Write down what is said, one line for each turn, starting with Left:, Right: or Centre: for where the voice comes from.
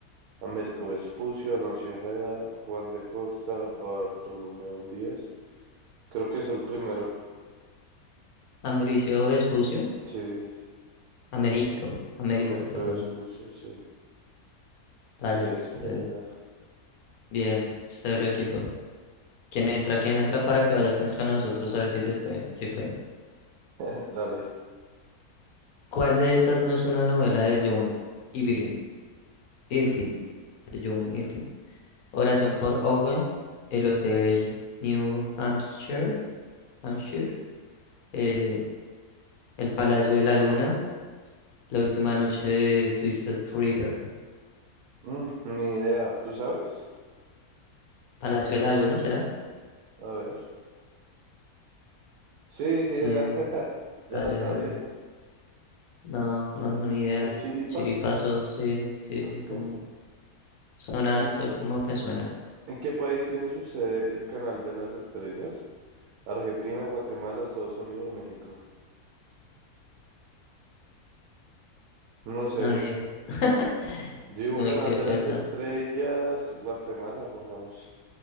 Right: Américo Vespucio, Alonso Ojeda, Juan de Costa, Bartolomeo Díaz. Creo que es el primero.
Left: Americio Espucio,
Right: Sí,
Left: Américo, Américo,
Right: Américo
Left: perdón.
Right: Vespucio, sí.
Left: Dale,
Right: Sí,
Left: cero.
Right: bueno.
Left: Bien, cero equipo. ¿Quién entra? ¿Quién entra para que vaya contra nosotros a ver si se puede? Si puede.
Right: <laughs> Dale.
Left: ¿Cuál de estas no es una novela de John Irving? Irving. De John Irving. Oración por Owen. El Hotel New Hampshire. Hampshire. eh, el Palacio de la Luna. La última noche de Twisted River.
Right: Mm, ni idea. ¿Tú sabes?
Left: ¿Palacio de la Luna será?
Right: A ver. Sí, sí, era.
Left: Bien,
Right: <laughs> Ya
Left: dale
Right: la sabías.
Left: de una. No, no, no, ni idea.
Right: Fue Chiripa.
Left: Chiripazo, sí, sí,
Right: Ok.
Left: sí, como sonar,
Right: ¿En,
Left: solo como que suena.
Right: en qué país tiene su sede el Canal de las Estrellas? Argentina, Guatemala, Estados Unidos, México. No sé.
Left: No, ni idea. <laughs>
Right: Yo digo
Left: Yo
Right: Canal
Left: me quedé
Right: de
Left: pensando.
Right: las Estrellas, Guatemala, pongamos.